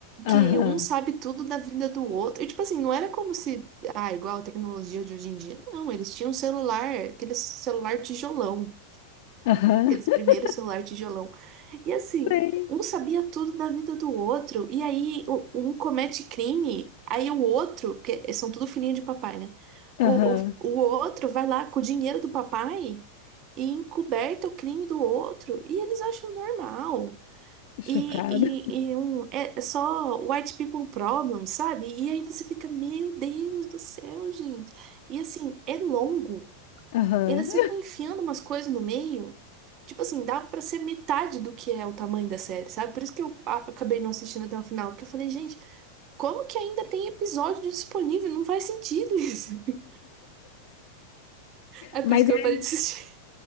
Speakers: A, on the left; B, on the right.
A: Aham,
B: Que um sabe tudo da vida do outro. E, tipo assim, não era como se. Ah, igual a tecnologia de hoje em dia. Não, eles tinham um celular, aquele celular tijolão
A: aham.
B: aqueles primeiros
A: <laughs>
B: celular tijolão. E assim,
A: Sei.
B: um sabia tudo da vida do outro, e aí o- um comete crime, aí o outro, que são tudo filhinho de papai, né?
A: Aham,
B: O, o, o outro vai lá com o dinheiro do papai e encoberta o crime do outro, e eles acham normal.
A: chocada.
B: E, e, e um, é é só white people problem, sabe? E aí você fica, meu Deus do céu, gente. E assim, é longo.
A: Aham.
B: Eles ficam enfiando umas coisas no meio. Tipo assim, dava pra ser metade do que é o tamanho da série, sabe? Por isso que eu a- acabei não assistindo até o final, porque eu falei, gente, como que ainda tem episódio disponível? Não faz sentido isso. <laughs> É
A: Mas
B: por isso que
A: é,
B: eu parei de assistir.